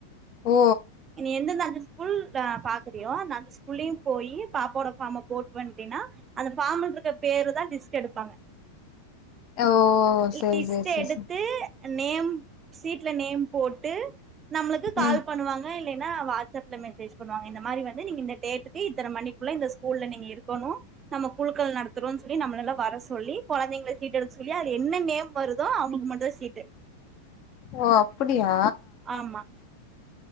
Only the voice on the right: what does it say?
நீ எந்தந்த அந்த ஸ்கூல் அ பாக்குறியோ அந்த உள்ளயு போயி பாப்பாவோட ஃபார்ம போட்டு வன்ட்டீனா அந்த ஃபார்ம்ல இருக்க பேர தா லிஸ்ட் எடுப்பாங்க
லிஸ்ட்
எடுத்து
நேம் சீட்ல நேம் போட்டு நம்மளுக்கு கால்
பண்ணுவாங்க இல்லைன்னா வாட்ஸ்அப்ல மெசேஜ் பண்ணுவாங்க இந்த மாறி வந்து நீங்க இந்த டேட்டுக்கு இத்தனை மணிக்குள்ள இந்த ஸ்கூல்ல நீங்க இருக்கணு நம்ம குழுக்கள் நடத்துறோம்னு சொல்லி நம்மள எல்லா வர சொல்லி குழந்தைங்களை சீட் எடுக்க சொல்லி அதுல என்ன நேம் வருதோ அவங்களுக்கு மட்டுந்தா சீட்டு
ஆமா